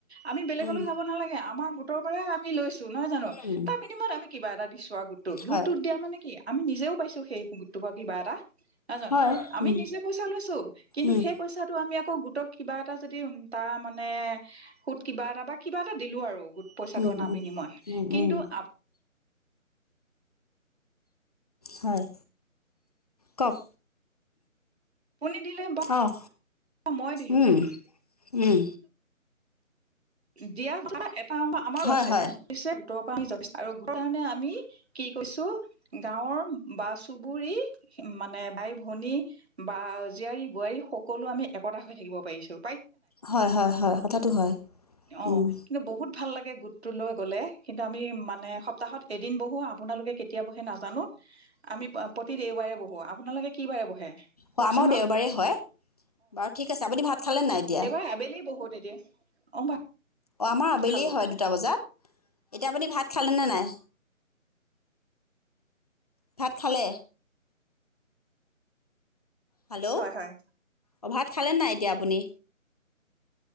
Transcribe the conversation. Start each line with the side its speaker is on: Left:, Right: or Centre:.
Right: আমি বেলেগলৈ
Left: উম।
Right: যাব নালাগে আমাৰ গোটৰ পৰা আমি লৈছো নহয় জানো
Left: উম,
Right: তাৰ বিনিময়ত আমি কিবা এটা দি চোৱা গউতটোত
Left: হয়,
Right: দিয়া মানে কি আমি নিজেও পাইছো সেই অটোবা কিবা এটা নহয় জান
Left: হয়।
Right: আমি
Left: উম,
Right: নিজে পইচা লৈছো কিন্তু
Left: উম,
Right: সেই পইচাটো আমি আকৌ গোটক কিবা এটা যদি তাৰ মানে সুত কিবা এটা বা কিবা এটা দিলো আৰু গোট পইচাটো
Left: উম, উম,
Right: আ বিনিময়
Left: উম,
Right: কিন্তু
Left: উম,
Right: আ
Left: হয় কওক
Right: আপুনি দিলে বা
Left: অ',
Right: মই দিলোঁ
Left: উম, উম
Right: দিয়া যায় অ আমাৰো
Left: হয়,
Right: আছে
Left: হয়,
Right: পিছে ৰ পৰা আমিছো আৰু গাওঁৰ কাৰণে আমি কি কৈছো গাঁৱৰ বা চুবুৰী মানে বাই-ভনী বা জীয়াৰী-বোৱাৰী স কলো আমি একতা হৈ থাকিব পাৰিছোঁ।
Left: হয়-হয়-হয়, কথাাটো হয়।
Right: অ'
Left: উম,
Right: কিন্তু বহুত ভাল লাগে গোট টো লৈ গ'লে কিন্তু আমি মানে সপ্তাহত এদিন বহোঁ, আপোনালোকে কেতিয়া বহে নাজানোঁ। আমি প্ৰতি দেওবাৰে বহোঁ। আপোনালোকে কি বাৰে বহে
Left: অ',
Right: কওকচোন
Left: আমাৰো
Right: বাৰু
Left: দেওঁবাৰে হয় বাৰু, ঠিক আছে, আপুনি ভাত খালে নাই? এতিয়া?
Right: দেওঁবাৰে আবেলি বহুত এতিয়া অ'।
Left: অ', আমাৰ আবেলিয়ে
Right: খালো
Left: হয় দুটা বজাত। এতিয়া আপুনি ভাত খালেনে নাই? ভাত খালে? হেল্ল'
Right: হয়, হয়।
Left: অ', ভাত খালে নাই এতিয়া আপুনি?